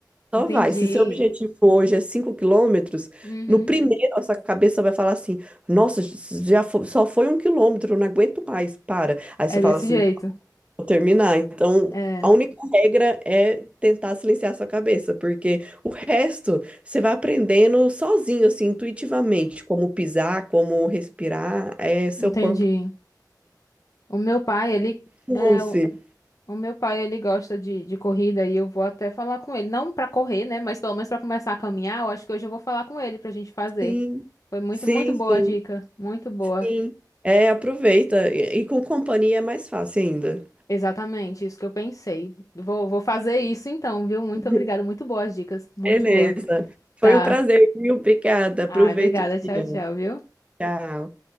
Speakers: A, on the right; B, on the left.
A: Só
B: Entendi.
A: vai. Se seu objetivo hoje é 5 quilômetros,
B: Uhum.
A: no primeiro a sua cabeça vai falar assim: Nossa, já fo- só foi um quilômetro, eu não aguento mais, para. Aí
B: É
A: você fala
B: desse
A: assim:
B: jeito.
A: Vou terminar. Então,
B: É,
A: a única regra é tentar silenciar sua cabeça, porque o resto você vai aprendendo sozinho, assim, intuitivamente, como pisar, como respirar, é seu
B: entendi.
A: corpo.
B: O meu pai, ele
A: Lucy.
B: é o, o meu pai, ele gosta de, de corrida e eu vou até falar com ele, não pra correr, né, mas pelo menos pra começar a caminhar, eu acho que hoje eu vou falar com ele pra gente fazer.
A: Sim,
B: Foi muito,
A: sim,
B: muito boa
A: sim,
B: a dica, muito boa.
A: sim. É, aproveita. E, e com companhia é mais fácil ainda.
B: Exatamente, isso que eu pensei. Vou, vou fazer isso então, viu? Muito
A: <laughs>
B: obrigada, muito boas dicas, muito
A: Beleza.
B: boa.
A: Foi
B: Tá.
A: um prazer, viu? Obrigada. Aproveita
B: Ai, obrigada,
A: o
B: tchau,
A: dia.
B: tchau, viu?
A: Tchau.